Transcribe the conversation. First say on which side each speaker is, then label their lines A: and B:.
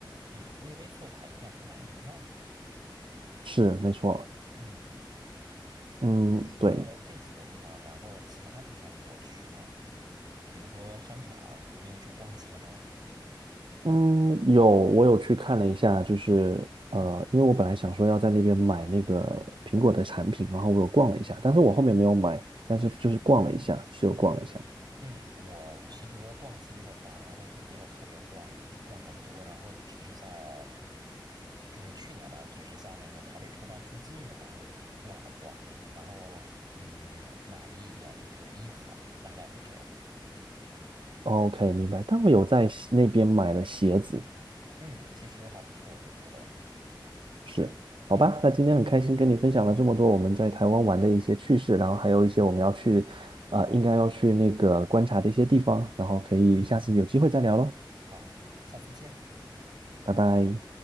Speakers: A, on the right; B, on the right.
A: 嗯，略微做法有点不太一样。
B: 是，没错。
A: 嗯，
B: 嗯，
A: 除了这几个地方，
B: 对，
A: 然后其他地方你有去吗？比如说商场，你有去逛街吗？
B: 嗯，有，我有去看了一下，就是呃，因为我本来想说要在那边买那个苹果的产品，然后我有逛了一下，但是我后面没有买，但是就是逛了一下，是有逛了一下。
A: 嗯，我其实逛街的话，然后就没有特别逛逛很多，然后只是在，就是去年嘛，只是在那个台北车站附近，然后逛了逛，然后嗯，买了一点就是衣服，大概是这样。
B: OK，明白。但我有在西那边买了鞋子，
A: 嗯，其实还不错，我觉得。
B: 是，好吧。
A: 嗯，
B: 那今天很开心跟你分享了这么多我们在台湾玩的一些趣事，然后还有一些我们要去，呃，应该要去那个观察的一些地方，然后可以下次有机会再聊喽，
A: 嗯，好，下次见。
B: 拜拜。